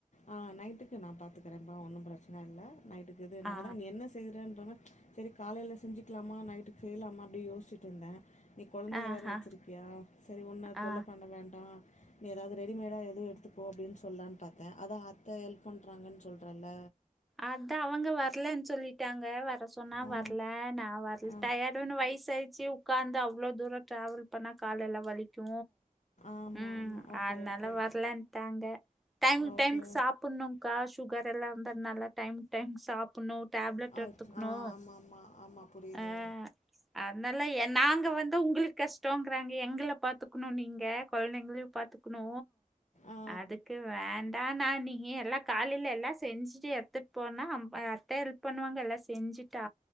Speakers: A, on the left; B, in the centre.
A: ஆ நைட்டுக்கு நா பாத்துக்கிறேன்ப்பா ஒன்னு ப்ரச்சன இல்ல நைட் எது நா
B: ஆ
A: தா என்ன செய்றன் சரி காலைல செஞ்சுக்லாமா நைட்டு செய்லாமா அப்டின் யோஸ்ச்சிட்டு இருந்த நீ கொழந்தைய
B: ஆஹா
A: வேற வச்சிருக்கியா சரி உன்ன
B: ஆ
A: தொல்ல பண்ண வேண்டா நீ எதாவ்து ரெடிமேடா எதுவு எடுத் போ அப்டின் சொல்லான்னு பாத் அதா அத்த ஹெல்ப் பண்றாங்கன் சொல்றல்ல
B: அதா அவங்க வரலன் சொல்லிட்டாங்க வர் சொன்னா
A: ஆ
B: வர்ல நா வர்ல
A: ஆ
B: டயடுன்னு வய்சாயி ச்சி உக்காந்து அவ்ளோ தூரோ ட்ராவல் பண்ணா கால் எல்லா வலிக்கு
A: ஆமா
B: ம்
A: ஆமா ஓகே
B: அதனாலா
A: ஓகே
B: வரலன்டாங்க டைமுக்கு
A: ஓகே
B: டைமுக்கு சாப்பணும்க்கா சுகர் எல்லா வந்த நல்லா டைமுக் டைம் சாப்பனு டேப்லெட்
A: ஆ
B: எடுத்துக்னு
A: ஆ ஆமா ஆமா ஆமா புரியுது
B: அ அதனால எ நா ங்க வந்தா உங்களுக்கு கஷ்டங்கறாங்க எங்கள பாத்துக்கணு நீங்க கொழந்தைங்களையு பாத்துக்கணு
A: ஆ
B: அதுக்கு வேண்டா நா நீ நீ எல்லா காலைல எல்லா செஞ்சுட்டு எ த்துட் போனா அ அத்த ஹெல்ப் பண்ணுவாங்க எல்லா செஞ்சுட்டி